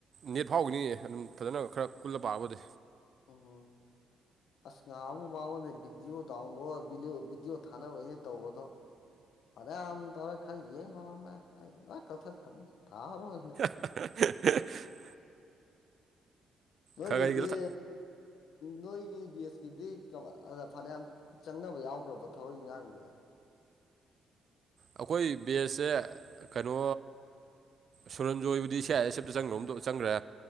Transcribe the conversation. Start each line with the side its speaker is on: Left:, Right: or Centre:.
Right: ꯅꯦꯠ ꯐꯥꯎꯒꯤꯅꯤꯌꯦ ꯑꯗꯨꯝ ꯐꯖꯅ ꯈꯔ ꯀꯨꯜꯂ ꯄꯥꯕꯨꯗꯤ
Left: ꯎꯍꯨꯝ ꯑꯁ ꯉꯍꯜ ꯃꯥꯡꯉꯣꯟꯗꯩꯩ ꯕꯤꯗꯤꯑꯣ ꯗꯧꯂꯣꯕꯤꯑꯣ ꯕꯤꯗꯤꯑꯣ ꯊꯥꯅꯕꯅꯤꯅ ꯇꯧꯕꯗꯣ ꯑꯗꯩꯩ ꯑꯃꯨꯛꯃꯨꯛ ꯇꯧꯔ ꯈ ꯌꯦꯡ ꯉꯝꯃꯝꯃꯦ ꯑꯩ ꯂꯣꯏ ꯀꯊ ꯈꯥꯝ ꯇꯥꯃꯨꯛꯅ
Right: <unintelligible> ꯍꯥꯍꯥ
Left: ꯅꯣꯏꯒꯤꯗꯤ
Right: ꯈꯔ ꯈꯔ
Left: ꯅꯣꯏꯒꯤ ꯕꯦꯁꯀꯤꯗꯤ ꯀꯃꯥꯏ ꯑꯥ ꯐꯅꯌꯥꯝ ꯆꯪꯅꯕ ꯌꯥꯎꯒꯔꯥꯕꯣ ꯊꯋꯥꯛ ꯏꯡ ꯉꯥꯡꯗꯤ
Right: ꯑꯩꯈꯣꯏ ꯕꯦꯁꯁꯦ ꯀꯩꯅꯣ ꯁꯨꯔꯟꯖꯣꯏꯕꯨꯗꯤ ꯁꯤ ꯑꯥꯏ ꯑꯦꯁ ꯑꯦꯐꯇ ꯆꯪꯒ꯭ꯔꯒꯨꯝ ꯆꯪꯒ꯭ꯔꯦ